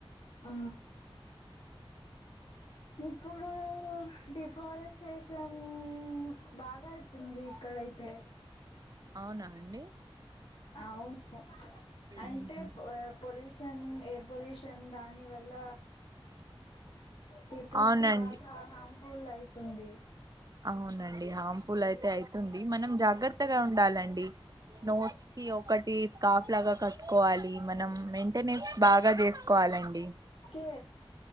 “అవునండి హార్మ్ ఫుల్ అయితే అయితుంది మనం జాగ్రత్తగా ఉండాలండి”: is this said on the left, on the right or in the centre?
Right